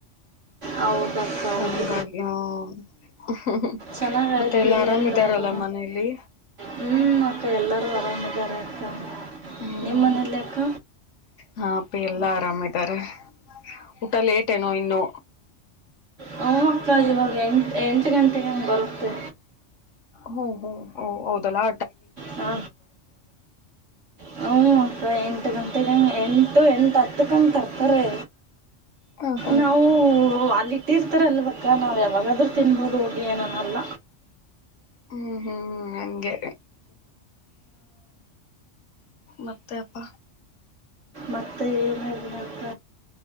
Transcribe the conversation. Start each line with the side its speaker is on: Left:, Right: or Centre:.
Right: ಹೌದಕ್ಕ
Left: ಹಂಗಾಗಿ
Right: ಹೌದು
Left: ಹ <unintelligible>
Right: ಚೆನ್ನಾಗ ಆಯ್ತು ಬಿಡಿ
Left: ಎಲ್ಲಾ ಆರಾಮ್
Right: ಅಕ್ಕ
Left: ಇದಾರಲ್ಲ
Right: ಅದು
Left: ಮನೇಲಿ
Right: ಹ್ಮ್ ಅಕ್ಕ ಎಲ್ಲರೂ ಆರಾಮ ಆದಿವಿ ಇದಾರೆ ಅಕ್ಕ
Left: ಹ್ಮ್
Right: ನಿಮ್ಮ ಮನೇಲಿ ಅಕ್ಕ
Left: ಹ ಅಪ್ಪಿ ಎಲ್ಲಾ ಆರಾಮಿದ್ದರೆ ಊಟ ಲೇಟ್ ಏನೋ ಇನ್ನು
Right: ಹೂ ಅಕ್ಕ ಇವಾಗ ಎಂಟ್ ಎಂಟು ಗಂಟೆಗೆ ಅಂಗ ಬರುತ್ತೆ
Left: ಹ್ಮ್ ಹ್ಮ್ ಹ ಹೌದಲ್ಲಾ
Right: ಹಾ ಹ್ಞ ಅಕ್ಕ ಎಂಟು ಗಂಟೆಗಂಗೆ ಎಂಟು ಎಂಟು ಹತ್ತಕ್ಕಂಗೆ ತರ್ತಾರೆ
Left: ಹ ಹಾ
Right: ನಾವೂ ಅಲ್ಲಿ ಈಟ್ಟಿರ್ತಾರೆ ಅಲ್ವಕ್ಕ ನಾವು ಯಾವಾಗಾದ್ರೂ ತಿನ್ಬೋದು ಹೋಗಿ ಏನನ್ನಲ್ಲ
Left: ಹ್ಮ್ ಹ್ಮ್ ಹಂಗೇ ಮತ್ ತ್ತಪ್ಪ
Right: ಮತ್ತು ಏನಿಲ್ಲ ಅಕ್ಕ